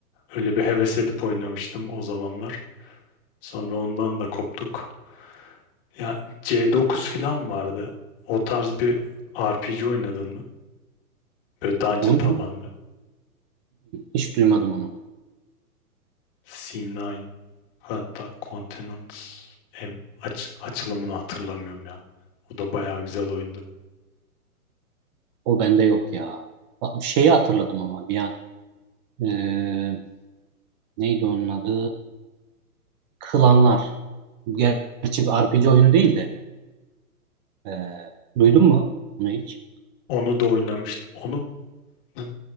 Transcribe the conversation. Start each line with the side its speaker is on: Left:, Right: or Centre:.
Left: öyle bir heves edip oynamıştım o zamanlar. Sonra ondan da koptuk. Ya C9 falan vardı. O tarz bir RPG oynadın mı? Böyle dungeon
Right: Onu
Left: tabanlı.
Right: hiç duymadım onu.
Left: C9 hatta Continent em- aç- açılımını hatırlamıyorum ya. O da bayağı güzel oyundu.
Right: O bende yok ya. Bak, bir şeyi hatırladım ama bir an. Ee, neydi onun adı? Klanlar. Ger- Gerçi bir RPG oyunu değil de. ee, duydun mu onu hiç?
Left: Onu da oynamıştım. Onu bu-